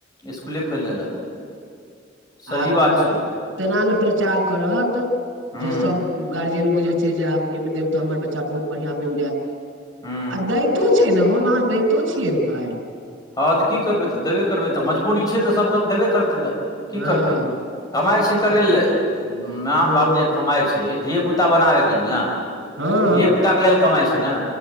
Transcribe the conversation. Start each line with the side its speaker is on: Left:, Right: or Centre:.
Left: इसकुले खोइल देलक। सही
Right: आ <unintelligible>
Left: बात छियै
Right: तेना ने प्रचार करत
Left: हुँ
Right: जे सब गार्जियन बुझैत छै, जे आब एहिमे देब तऽ हमर बच्चा बहुत बढ़िआं बनि जायत।
Left: हुँ
Right: आ दैतो छै ने, हम अहाँ दैतो छियै ने पाइ।
Left: हँ तऽ कि करबै? तऽ देबे करबै, तऽ मजबूरी छै तऽ सभके देबे करतै नऽ। कि
Right: हँ
Left: करतै? कमाइ छै
Right: की करतै
Left: करै ले, मा-बाप
Right: हँ
Left: जे कमाइ छै धिये पुता बनाबैके लेल ने
Right: हँ
Left: धिय पुताक के लेल कमाइ छै ने